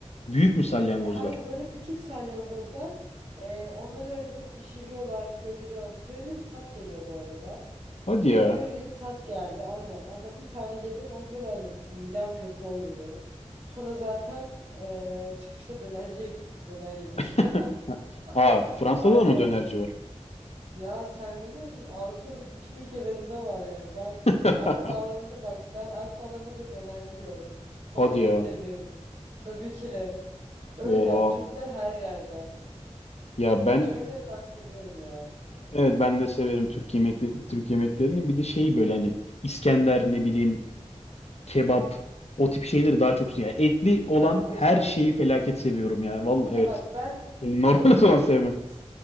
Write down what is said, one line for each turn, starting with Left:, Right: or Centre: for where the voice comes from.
Left: Büyük mü salyangozlar?
Right: Ya hayır böyle küçük salyangozlar e, onları hani böyle pişiriyorlar körili körili bir tat geliyor bu arada.
Left: Hadi
Right: Böyle
Left: ya.
Right: körili bir tat geldi aynen. Ona bir tane yedim ama böyle hani midem kötü oldu bir. Sonra zaten e, çıkışta dönerciye gittik döner yedik.
Left: <laughs>
Right: <laughs>
Left: Aa, Fransa'da
Right: Aynen.
Left: da mı dönerci var?
Right: Ya sen ne diyorsun? Avrupa'nın bütün ülkelerinde var yani. Ben
Left: <laughs>
Right: Alp Dağları'nda bak ben Alp Dağları'nda bile dönerci gördüm. Sana
Left: Hadi
Right: yemin
Left: ya.
Right: ediyorum. Tabii ki. Öyle
Left: Oha.
Right: yani Türkler her yerde.
Left: Ya
Right: Türk
Left: ben
Right: yemekleri ben seviyorum ya.
Left: evet ben de severim Türk yemekte Türk yemeklerini. Bir de şey böyle hani İskender ne bileyim kebap, o tip şeyleri daha çok seviyorum. Yani etli olan
Right: Ben Bursalıyım.
Left: her şeyi felaket seviyorum ya. Vallahi
Right: Ya
Left: evet.
Right: bak ben
Left: Beni Normal
Right: etli
Left: <laughs> o zaman
Right: değil.
Left: sevmen.
Right: <laughs>